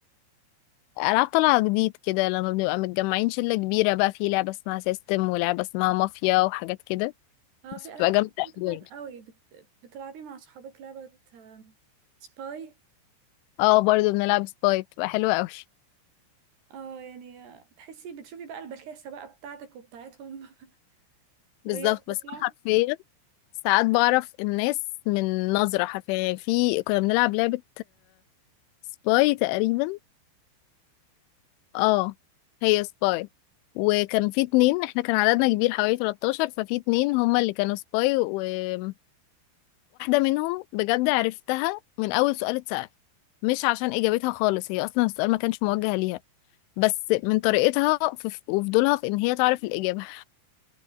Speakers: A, on the left; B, on the right.
A: العاب طالعه جديد كده لما بنبقى متجمعين شله كبيره بقى في لعبه اسمها سيستم ولعبه اسمها مافيا وحاجات كده
B: اه
A: بس
B: في
A: بتبقى
B: العاب
A: جامده
B: كتير
A: أوي
B: طلعت
A: برضه
B: قوي بت... بتلعبي مع صحابك لعبه آه، سباي
A: اه برضه بنلعب سباي بتبقى حلوه قوي <laughs>
B: اه يعني آه، تحسي بتشوفي بقى البكاسه بقى بتاعتك وبتاعتهم <laughs> وهي
A: بالظبط
B: بتطلع
A: بس انا حرفيا ساعات بعرف الناس من نظره حرفيا يعني في كنا بنلعب لعبه سباي تقريبا اه هي سباي وكان في اتنين احنا كان عددنا كبير حوالي 13 ففي اتنين هما اللي كانوا سباي وواحدة منهم بجد عرفتها من أول سؤال اتسأل مش عشان إجابتها خالص هي أصلا السؤال ما كانش موجه ليها بس من طريقتها في في- وفضولها في إن هي تعرف الإجابة